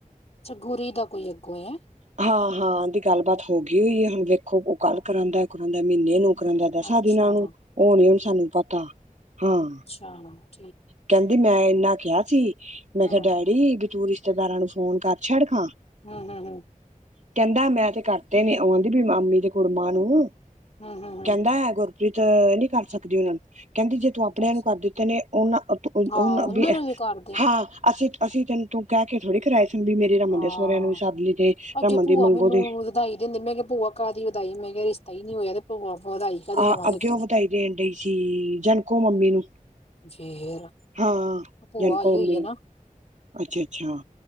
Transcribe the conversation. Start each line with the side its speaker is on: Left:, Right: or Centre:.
Left: ਅੱਛਾ ਗੁਰੀ ਦਾ ਕੋਈ ਅੱਗੋਂ ਐ।
Right: ਹਾਂ-ਹਾਂ ਓਦੀ ਗੱਲਬਾਤ ਹੋ ਗਈ ਹੋਈ ਐ, ਹੁਣ ਵੇਖੋ ਉਹ ਕੱਲ ਕਰਾਂਦਾ ਉਕਦਾ ਮਹੀਨੇ ਨੂੰ, ਉਕਰਾਂਦਾ ਦਸਾਂ
Left: ਅੱਛਾ
Right: ਦਿਨਾਂ ਨੂੰ ਉਹ ਨੀਂ ਹੁਣ ਸਾਨੂੰ ਪਤਾ! ਹਾਂ।
Left: ਹਾਂ
Right: ਕਹਿੰਦੀ ਮੈਂ ਇੰਨਾਂ ਕਿਹਾ ਸੀ ਮੈਂ
Left: ਹੂੰ
Right: ਕਿਹਾ ਡੈਡ ਵੀ ਤੂੰ ਰਿਸ਼ਤੇਦਾਰਾਂ ਨੂੰ ਫੋਨ ਕਰ ਛੱਡ ਖਾ
Left: ਹਂ ਹਂ ਹਂ।
Right: ਕਹਿੰਦਾ ਮੈਂ ਤੇ ਕਰਤੇ ਨੇਂ ਉਹ ਆਂਦੀ ਵੀ ਮਾਮੀ ਦੇ ਕੁੜਮਾਂ ਨੂੰ
Left: ਹੂੰ ਹੂੰ ਹੂੰ
Right: ਕਹਿੰਦਾ ਹੈ ਗੁਰਪ੍ਰੀਤ ਨੀਂ ਕਰ ਸਕਦੀ ਉਹਨਾਂ ਨੂੰ, ਕਹਿੰਦੀ ਜੇ ਤੂੰ ਆਪਣਿਆਂ
Left: ਦੱਸ
Right: ਨੂੰ ਕਰ ਦਿੱਤੇ ਨੇਂ ਉਹਨਾਂ ਅਤ ਉਹ
Left: ਹਾਂ
Right: ਉਨ੍ਹਾਂ
Left: ਉਹਨਾਂ
Right: ਵੀ,
Left: ਨੂੰ ਕਰਦੇ
Right: ਹਾਂ। ਅਸੀਂ ਅਸੀਂ ਤੈਨੂੰ ਤੂੰ ਕਹਿ ਕੇ ਥੋੜੀ ਕਰਾਏ ਸੀ ਵੀ ਮੇ ਰਮਨ
Left: ਹਾਂ
Right: ਦੇ ਸਹੁਰਿਆਂ ਨੂੰ ਵੀ ਸੱਦ ਲੀ ਤੇ
Left: ਅੱਗੇ
Right: ਰਮਨ ਦੀ
Left: ਭੂਆ
Right: ਮੰਗੋ
Left: ਮੈਨੂੰ
Right: ਦੀ
Left: ਵਧਾਈ ਦਿੰਦੇ ਮੈਂ ਕਿਹਾ ਭੂਆ ਕਾਹਦੀ ਵਧਾਈ ਮੈਂ ਕਿਹਾ ਰਿਸ਼ਤਾ ਹੀ ਨ੍ਹੀਂ ਹੋਇਆ ਤੇ ਭੂਆ ਵਧਾਈ ਕਾਹਦੀ
Right: ਆਹ
Left: ਲਵਾਂਗੇ
Right: ਅੱਗੇ
Left: ਇੱਥੋਂ
Right: ਉਹ ਵਧਾਈ ਦੇਣ ਡਹੀ ਸੀ, ਜਣਕੋ ਮੰਮੀ ਨੂੰ
Left: ਜੀਰ
Right: ਹਾਂ।
Left: ਭੂਆ
Right: ਜਣਕੋ
Left: ਆਈ ਹੋਈ
Right: ਮੰਮੀ ਨੂੰ
Left: ਐ ਨਾਂ।
Right: ਅੱਛਾ ਅੱਛਾ।